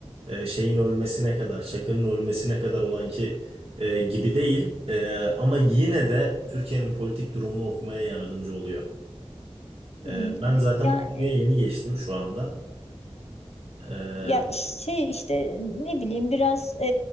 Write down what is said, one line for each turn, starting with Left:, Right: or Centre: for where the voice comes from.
Right: e, şeyin ölmesine kadar, Çakı'nın ölmesine kadar olan ki e, gibi değil. E, ama yine de Türkiye'nin politik durumunu okumaya yardımcı oluyor.
Left: Hmm,
Right: E, ben zaten
Left: Yani
Right: Pusu'ya yeni geçtim şu anda. E,
Left: Ya şey işte ne bileyim biraz e,